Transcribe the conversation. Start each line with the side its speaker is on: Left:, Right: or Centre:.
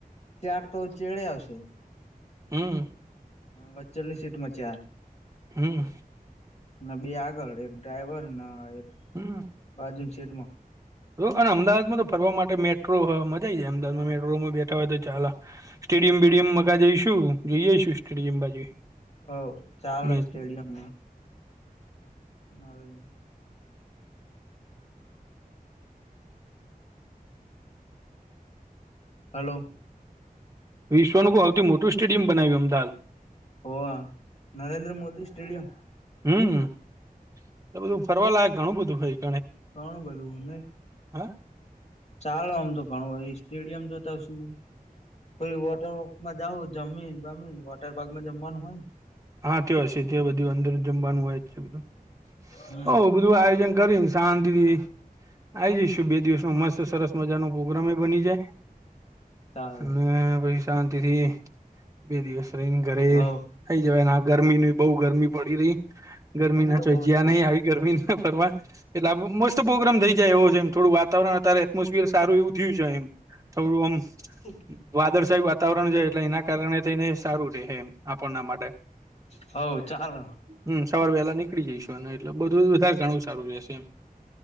Left: ચ્યાર તો ચેડે આવશે
Right: હમ્મ
Left: વચેલીસ સીટ મચ્યા
Right: હમ્મ
Left: ના બે આગળ એક ડ્રાઈવર ન એક
Right: હમ્મ
Left: બાજુની સીટમાં
Right: જો અને અમદાવાદમાં તો ફરવા માટે મેટ્રો હ મ <unintelligible> અમદાવામાં
Left: હા
Right: મેટોમાં વે તો ચાલ સ્ટેડિયમ બેેડિયમ મકા જઈશું જોઈએશું સ્ટેડિયમ બાજુ
Left: હવ ચાલ
Right: મેચ.
Left: સ્ટેડિયમ નર હલો
Right: વિશ્વનું બ સૌથું મોટું સેડિયમ બનાવ્યું અમદાવાદ
Left: વા નરેન્દ્ર મોદી સ્ટેડિયમ
Right: હમ્મ એટલે બધું ફરવા લાગક ઘણું બધું ખાઈ
Left: કોણું બધું નને
Right: હા
Left: ચાલો આમ તો ઘણું હોય સ્ટેડિયમ જોતા શું કોઈ વોટર પારકમાં જઉ જમીન જમીન વોટર પાર્કમાં જમવાનું હોય.
Right: હા તે હશે જે બધું અંદર જમવાનું હોય છે બધું
Left: હમ
Right: હો બધું આયોજન કરીને શાંતિથી આ આવી જઈશું બે દિવસ ન મસ્ત સરસ મજા નો પ્રગ્રામ બની જાય
Left: ચાલે
Right: અને પછી શાંતિ થી બે દિવસ રહીને ઘરે
Left: હવ
Right: થઈ જવાયને આ ગરમીની બહ ગરમી પડી રહી ગરમી ના
Left: તો
Right: ચો
Left: બઉ
Right: જ્યાં
Left: જ પડે
Right: નહી આવી ગરમી ના ફરવા એટલે મસ્ત પ્રોગ્રામ થઈ જાય એવો છે એમ થોડું વાત તાવર એટમોસફિયર સારું એવું થયું છે એમ થોડું આમ
Left: એક
Right: વાદળછાયી વાતાવરણ છે એટલે એના કારણે થઈને સારું રહેે એમ આપણના માટે.
Left: હવ ચાલ
Right: હમ્મ સવાર વહેહલા નીકળી જઈશું અને એટલે બધું વધારે ઘણવું સારું રહેશે એમ